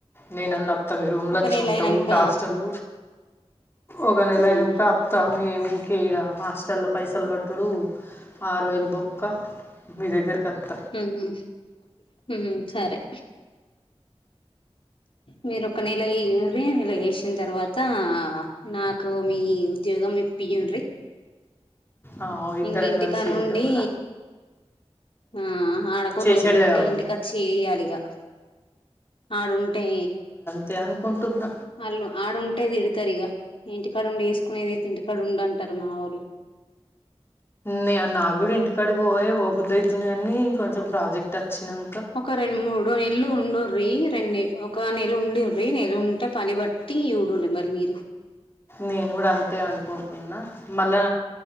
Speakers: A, on the left; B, on the left.
A: నేనన్న అత్తా మీ రూమ్లో
B: ఒక
A: వచ్చి
B: నెల
A: ఉంటా
B: అయినంక
A: ఉకే హాస్టల్లు ఒక నెల
B: ఉమ్
A: అయినాంక అత్త మీ ఊకే ఇడ హాస్టల్లో పైసలు కట్టుడు ఆరువేలు బొక్క మీ దగ్గరికి అత్త
B: ఉమ్మ్ ఉమ్మ్ ఉమ్మ్ సరే మీరు ఒక నెల ఎయుండ్రి నెల ఏసిన తర్వాత నాకు మీ ఉద్యోగం ఇప్పియుండ్రి
A: ఆ ఇద్దరం
B: ఇంగ ఇంటికాడ
A: కలిసి
B: నుండి
A: చేద్దాం ఆడ
B: ఆ ఆడ కొన్ని
A: చేసేటిదే
B: రోజులుండి
A: కావాలి
B: ఇంటికి అచ్చి ఎయ్యాలి ఇగ ఆడుంటే
A: తే అనుకుంటున్న
B: అళ్ళు ఆడుంటే తిడతారు ఇగ ఇంటికాడుండి చేసుకునేదైతే ఇంటికాడుండు అంటారు మా ఒళ్ళు
A: నే నాకూడా ఇంటికాడికి పోయే పోబుద్ధి అయితుంది కానీ కొంచెం ప్రాజెక్ట్ వచ్చినాం
B: ఒక రెండు మూడు నెల్లు ఉండుర్రీ రెండు ఒక నెల ఉండుర్రి నెల ఉంటే పని బట్టి చూడుర్రి మరి మీరు
A: నేను కూడా అంతే అనుకుంటున్నా మళ్ళా